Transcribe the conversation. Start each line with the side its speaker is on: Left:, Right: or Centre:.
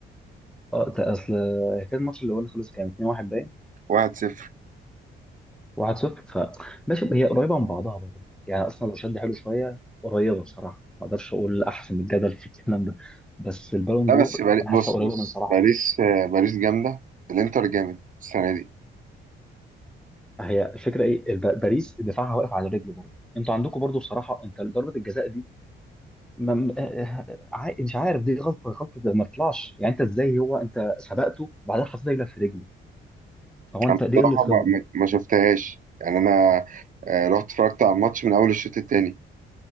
Centre: اه ده اصل كان الماتش اللي هو اللي خلص كان 2-1 باين
Right: 1-0
Centre: 1-0 فماشي هي قريبه من بعضها برضه يعني اصلا لو شد حلو شويه قريبه بصراحه ما اقدرش اقول احسن الجدل في الكلام ده بس البالون
Right: لا
Centre: دور
Right: بس باري...
Centre: انا
Right: بص
Centre: حاسه قريبه
Right: بص
Centre: من صلاح
Right: باريس
Centre: اكتر
Right: آه، باريس جامده الانتر جامد السنه دي
Centre: هي الفكره ايه الب- باريس دفاعها واقف على رجله برضه انتوا عندكم برضه بصراحه انت ضربه الجزاء دي ما م- عا- مش عارف دي غلطه غلطه ده ما طلعش يعني انت ازاي هو انت سبقته بعدين حطيت رجلك في رجله فهو انت
Right: بصراحه
Centre: دي قله خبره
Right: ما, ما ما شفتهاش يعني انا آه، رحت اتفرجت على الماتش من اول الشوط التاني